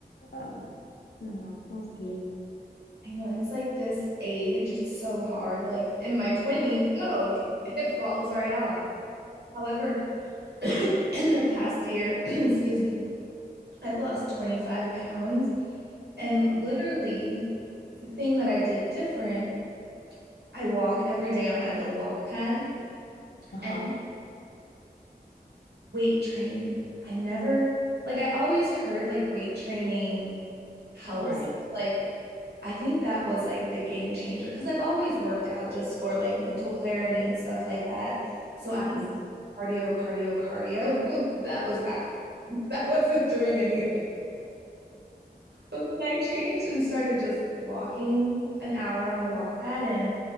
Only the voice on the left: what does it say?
um, I don't know. We'll see.
Yeah.
Wow.
Uh huh.
Right.
Mhm.